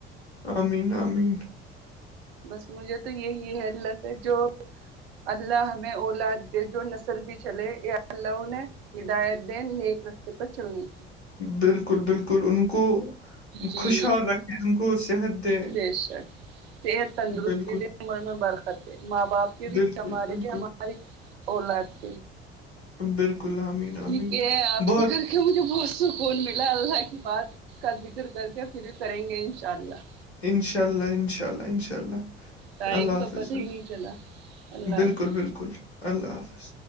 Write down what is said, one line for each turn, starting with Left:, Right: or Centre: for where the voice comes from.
Left: امین امین
Right: بس مجھے تو یہی ہے اللہ پے جو اللہ ہمیں اولاد دے جو نسل بھی چلے یا اللہ نے ہدایت دیں نیک رستے پر چلنے کی
Left: بالکل بالکل ان کو
Right: جی
Left: خوشحال رکھے جن کو صحت دے
Right: بے شک صحت تندرستی
Left: بالکل
Right: دے عمر میں برکت دے ماں باپ کے بھی
Left: بالکل
Right: ہمارے
Left: بالکل
Right: بھی ہم ہر ایک اولاد کے
Left: بالکل امین
Right: ٹھیک
Left: آمین
Right: ہے آپ
Left: بہت
Right: سے کر کے مجھے بہت سکون ملا اللہ کی بات کا ذکر کر کے پھر کریں گے انشاء اللہ
Left: انشاء اللہ انشاء اللہ انشاء اللہ
Right: ٹائم
Left: اللہ
Right: کا
Left: حافظ
Right: پتہ ہی نہیں چلا اللہ
Left: بالکل
Right: حافظ
Left: بالکل اللہ حافظ